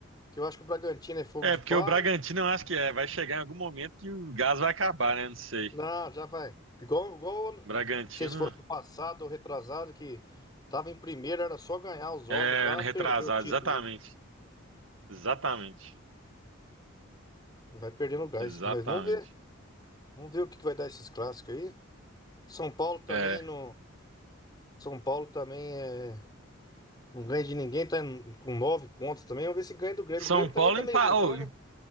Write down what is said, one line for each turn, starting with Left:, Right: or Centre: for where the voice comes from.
Left: Que eu acho que o Bragantino é fogo
Right: É,
Left: de
Right: porque
Left: palha.
Right: o Bragantino eu acho que é, vai chegar em algum momento que o gás vai acabar, né? Não sei.
Left: Não, já vai. Igual, igual, ano- não
Right: Bragantino.
Left: sei se foi ano passado ou retrasado, que tava em primeiro, era só ganhar os jogos
Right: É,
Left: lá,
Right: ano
Left: perdeu
Right: retrasado,
Left: o título.
Right: exatamente.
Left: né?
Right: Exatamente.
Left: Vai perdendo o gás,
Right: Exatamente.
Left: mas vamos ver. Vamos ver o que que vai dar esses clássicos aí. São Paulo também
Right: É.
Left: não. São Paulo também é. Não ganha de ninguém, tá em- com nove pontos também. Vamos ver se ganha do Grêmio.
Right: São
Left: O Grêmio também
Right: Paulo
Left: tá
Right: empatou.
Left: meio ruinzão, né?